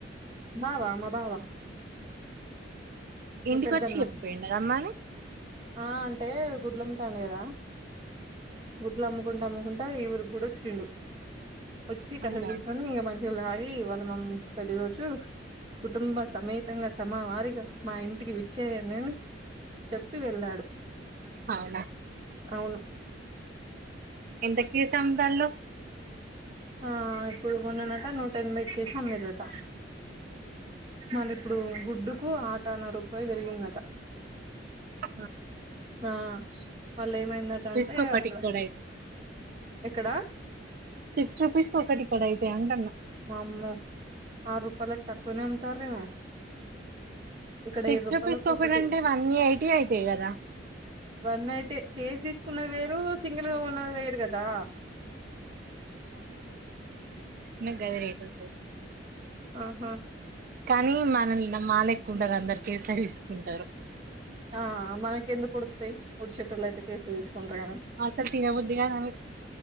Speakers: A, on the right; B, on the right.
A: బావ మా బావా మీ
B: ఇంటికొచ్చి
A: పెద్దన్న
B: చెప్పపోయిన్నారు అమ్మాని
A: ఆ అంటే గుడ్లమ్ తాను కదా వద్లు అమ్ముకుంట అముకుం అమ్ముకుంట అ ఇవరు గుూడచ్చిండు వచ్చి కాసేవు
B: అవునా
A: కుర్చీని ఎమన్ గి వాళ్ళ మం పెళ్లి రోజు కుటుంబ సమేతంగా సమావారిగా మా ఇంటికి విచ్చేయండి అని చెప్పి వెళ్ళాడు
B: అవునా
A: అవును
B: ఎంతకేస్ సందలో
A: ఆ ఇప్పుడు మొన్ననట నూట ఎనభై కేసి అమ్మిరట మన ఇప్ ఇప్పుడు గుడ్డుకు ఆటాన్న రూపాయి పెరిగిందట
B: ఆ
A: ఆ మళ్ళ ఏమైందటంటే
B: కి ఒకటి
A: అక్కడ
B: ఇక్కడ అయితే
A: ఎక్కడా
B: సిక్స్ రూపీస్ క ఒకటిక్కడ అయితా అంట అన్న
A: మామ్మ ఆరు రూపాయలకి తక్కువనే అమ్తారవ ఇక్కడ
B: సిక్స్
A: ఏడు రూపాయలు
B: రూపీస్
A: ఒక్కొక్కటి
B: కి ఒకటి అంటే వన్ ఎయిటీ అయితాయి కదా
A: వన్ నైట్ కేజీ తీసు ఉన్నది వేరు సింగిల్గా ఉన్నది వేరు గదా
B: న గది రేట్ అయితది
A: ఆహా
B: కానీ మనల్న్ మాలెక్కుండందరకి స్లైస్ గుంటరు
A: ఆ మనకేందుకుడుక్తయ్ పుడ్ సుట్టు లైటకేసి తీసుకుంటాయని
B: అసలు తినబుద్ధిగా కాదు